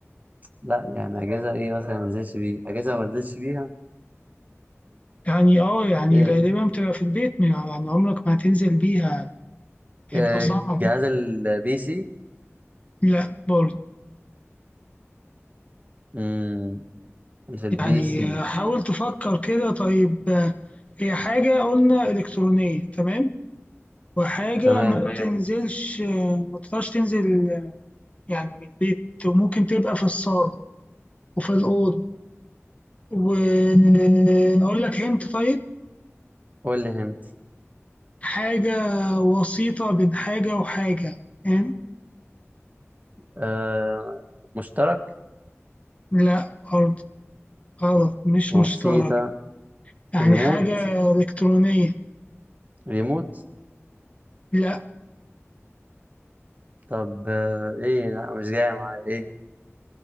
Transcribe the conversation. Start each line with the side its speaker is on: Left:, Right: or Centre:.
Right: لا يعني أجهزة ايه مثلا ما انزلش بيها أجهزة ما انزلش بيها
Left: يعني اه يعني
Right: إيه؟
Left: غالبا بتبقى في البيت يعني عمرك ما هتنزل بيها هيبقى
Right: آه،
Left: صعب
Right: جهاز البي سي
Left: لا برضه
Right: مم، مش البي
Left: يعني
Right: سي
Left: آه، حاول تفكر كده طيب آه، هي حاجة قلنا إلكترونية تمام وحاجة
Right: تمام
Left: ما تمام بتنزلش ما تقدرش تنزل يعني من البيت وممكن تبقى في الصالة وفي الأوضة وأقول لك هنت طيب
Right: قول لي هنت
Left: حاجة وسيطة بين حاجة وحاجة فاهم؟
Right: آه مشترك
Left: لا برضه غلط مش
Right: بسيطة
Left: مشترك يعني
Right: ريموت
Left: حاجة إلكترونية
Right: ريموت
Left: لا
Right: طب آه ايه لا مش جاي معايا ايه